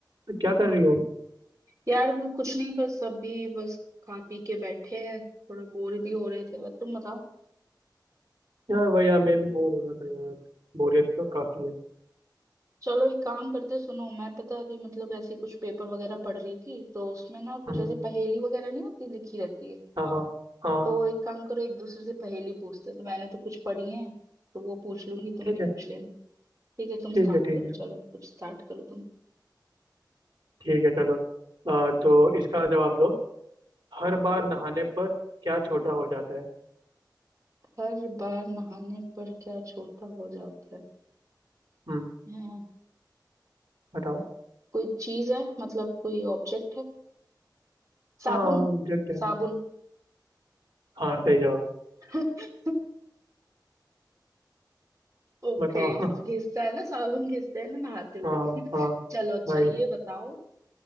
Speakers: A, on the right; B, on the right.
A: तो क्या कर रही हो
B: यार वो कुछ नहीं बस अभी बस खा पी के बैठे हैं थोड़े बोर भी हो रहे थे बस तुम बताओ
A: यार वही यार मैं भी बोर हो रहा था यार बोरियत तो काफी है
B: चलो एक काम करते हैं, सुनो मैं पता अभी मतलब ऐसे कुछ पेपर वगैरह पढ़ रही थी तो उसमें ना कुछ
A: हम्म,
B: ऐसे पहेली वगैरह नहीं होती लिखी रहती है
A: हाँ हाँ हाँ
B: तो एक काम करो एक दूसरे से पहेली पूछते हैं तो मैंने तो कुछ पढ़ी है तो वो पूछ लूंगी तुम
A: ठीक
B: भी
A: है
B: पूछ लेना ठीक है तुम
A: ठीक
B: स्टार्ट
A: है ठीक
B: करो
A: है
B: चलो कुछ स्टार्ट करो तुम
A: ठीक है चलो आ, तो इसका जवाब दो हर बार नहाने पर क्या छोटा हो जाता है
B: हर बार नहाने पर क्या छोटा हो जाता है
A: हम्म
B: हैं,
A: बताओ
B: कोई चीज है मतलब कोई ऑब्जेक्ट है साबुन
A: हाँ ऑब्जेक्ट है
B: साबुन
A: हाँ सही जवाब
B: ओके घिसता
A: बताओ <laughs>
B: है ना साबुन घिसते हैं ना नहाते हुए
A: हाँ
B: <laughs>
A: हाँ
B: चलो अच्छा
A: भाई
B: ये बताओ